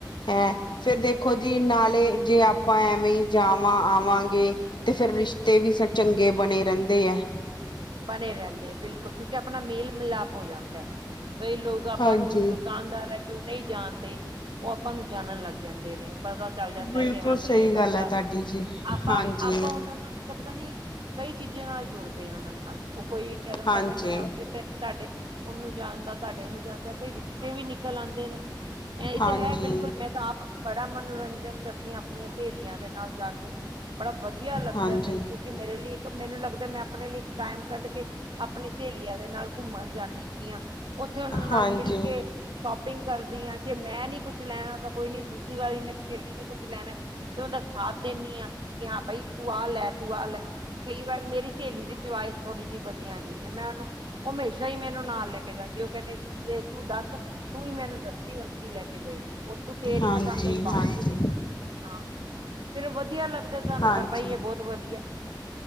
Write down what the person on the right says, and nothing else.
ਬਣੇ ਰਹਿੰਦੇ ਬਿਲਕੁਲ ਕਿਉਕਿ ਆਪਣਾ ਮੇਲ ਮਿਲਾਪ ਹੋ ਜਾਦਾ ਹੈ। ਕਈ ਲੋਕ ਆਪਾਂ
ਨੂੰ ਹੁਣ ਦੁਕਾਨਦਾਰ ਹੈ। ਨਹੀ ਜਾਣਦੇ, ਉਹ ਆਪਾ ਨੂੰ ਜਾਣਨ ਲਗ ਜਾਦੇ ਨੇ। ਪਤਾ ਚਲ ਜਾਦਾ
ਕਿ ਹਾਂ
ਬਈ ਇਹ
ਬੰਦਾ
ਆਪਾ-
ਆਪਾ ਉਹਨਾਂ ਨਾਲ ਪਤਾ ਨੀ। ਕਈ ਚੀਜ਼ਾ ਨਾਲ ਜੁੜਦੇ ਆ ਉਹਨਾ ਨਾਲ ਉਹ ਕੋਈ ਕਹਿ ਦਿਦਾ
ਕਿ ਮੈ ਉਥੇ ਤੁਹਾਡੇ। ਉਹਨੂੰ ਜਾਣਦਾ ਤੁਹਾਡੇ ਉਹਨੂੰ ਜਾਣਦਾ ਕਈ ਰਿਸ਼ਤੇ ਵੀ ਨਿਕਲ ਆਉਦੇ ਨੇ ਇਹ
ਤਾਂ ਹੈ। ਬਿਲਕੁਲ ਮੈ ਤਾਂ ਆਪ ਬੜਾ ਮਨੋਰੰਜਨ ਕਰਦੀਆਂ ਆਪਣੀਆਂ ਸਹੇਲੀਆਂ ਦੇ ਨਾਲ ਜਾ ਕੇ ਬੜਾ ਵਧੀਆ ਲਗਦਾ
ਮੈਨੂੰ
ਕਿਉਕਿ ਮੇਰੇ ਲਈ ਇਕ ਮੈਨੂੰ ਲਗਦਾ ਮੈ ਆਪਣੇ ਲਈ ਇਕ। ਟਾਈਮ ਕਢ ਕੇ ਆਪਣੀ ਸਹੇਲੀਆਂ ਦੇ ਨਾਲ ਘੁੰਮਣ ਜਾਦੀ ਪੀਆਂ ਉਥੇ ਉਹਨਾਂ ਨਾਲ
ਮਿਲ ਕੇ। ਸ਼ੋਪਿਗ ਕਰਦੀ ਹਾਂ ਜੇ ਮੈ ਨੀ ਕੁਛ ਲੈਣਾ ਤਾਂ ਕੋਈ ਨੀ ਦੂਸਰੀ ਵਾਰੀ ਸਹੇਲੀ ਨੇ ਕੁਛ ਲੈਣਾ ਤੇ ਉਹਦਾ। ਸਾਥ ਦਿਨੀ ਆ ਕਿ ਹਾਂ ਭਾਈ ਤੂੰ ਆਹ ਲੈ, ਤੂੰ ਆਹ ਲੈ, ਕਈ ਵਾਰ ਮੇਰੀ ਸਹੇਲੀ ਦੇ। ਥੋੜ੍ਹੀ ਜਿਹੀ ਵਧੀਆ ਨਹੀ ਮੈਂ ਉਹਨੂੰ ਉਹ ਹਮੇਸ਼ਾ ਹੀ ਮੈਨੂੰ ਨਾਲ ਲੈ ਕੇ ਜਾਦੀ ਉਹ ਕਹਿਦੀ ਜੇ ਤੂੰ ਦਸ ਤੂੰ ਹੀ ਮੈਨੂੰ ਦੱਸੀ। ਲੈ ਕੇ ਦੇ ਉਥੋ ਤੇਰੀ
ਹੀ ਪਸੰਦ ਆਈ ਪਾਉਗੀ
ਹਾਂ ਫੇਰ ਵਧੀਆ ਲਗਦਾ। ਤੁਹਾਨੂੰ
ਪਤਾ ਹੀ ਹੈ। ਬਹੁਤ ਵਧੀਆ